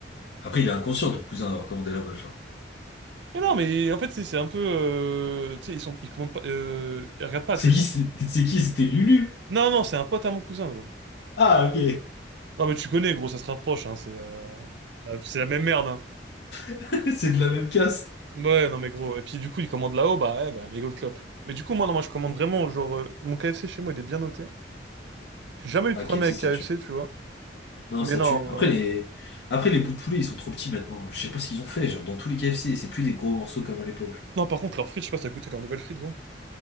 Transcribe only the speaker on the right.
Mais non mais en fait c'est c'est un peu... euh, tu sais, ils sont, ils commandent pas... euh, ils regardent pas,
tu vois, ils
sont...
Non non, c'est un pote à mon cousin gros.
Non mais tu connais gros, ça se rapproche, hein, c'est... euh, euh, c'est la même merde hein.
Ouais non mais gros, et puis du coup il commande là-haut, bah ouais, bah mégot de clope. Mais du coup moi non, moi je commande vraiment, genre, euh, mon KFC chez moi il est bien noté. J'ai jamais eu
de problème
avec
KFC,
tu vois.
Mais
non.
euh,
Non, par contre, leurs frites, je sais pas si t'as goûté leurs nouvelles frites, gros.